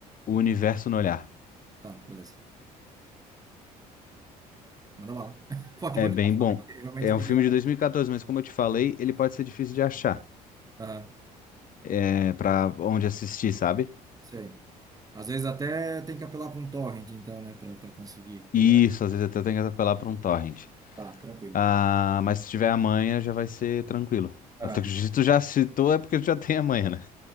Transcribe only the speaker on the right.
Tá, beleza, manda bala. <laughs> Pode
continuar
falando,
que eu realmente
queria...
Aham,
sei. Às vezes até tem que apelar para um torrent, então, né, para para conseguir pegar.
Tá, tranquilo.
Aham.